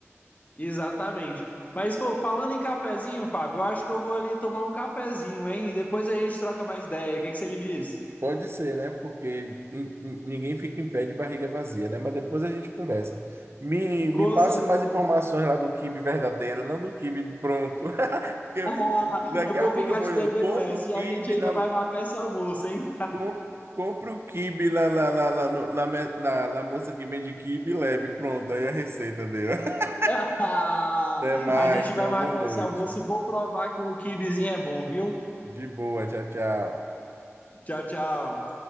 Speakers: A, on the left; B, on the right.
A: Exatamente. Mas, pô, falando em cafezinho, Fábio, eu acho que eu vou ali tomar um cafezinho, hein? E depois a gente troca mais ideia. O que que você me diz?
B: Pode ser, né, porque nin- nin- ninguém fica em pé de barriga vazia, né, mas depois a gente conversa. Me, me
A: Com
B: passe
A: certeza.
B: mais informações lá do quibe verdadeiro, não do quibe pronto. <laughs> Porque
A: Ah,
B: daqui
A: eu vou
B: a pouco
A: ficar
B: eu vou,
A: te
B: eu
A: devendo
B: compro
A: essa
B: o quibe
A: e a gente ainda
B: na,
A: vai marcar esse almoço, hein?
B: Com- Compre o quibe lá lá lá lá no- na, me- na- na moça que vende quibe e leve. Pronto, aí a receita dele. <laughs>
A: <laughs>
B: Até mais,
A: A gente vai
B: tenha uma
A: marcar
B: boa noite.
A: esse almoço e vou provar que o kibizinho é bom, viu?
B: De boa, tchau, tchau.
A: Tchau, tchau.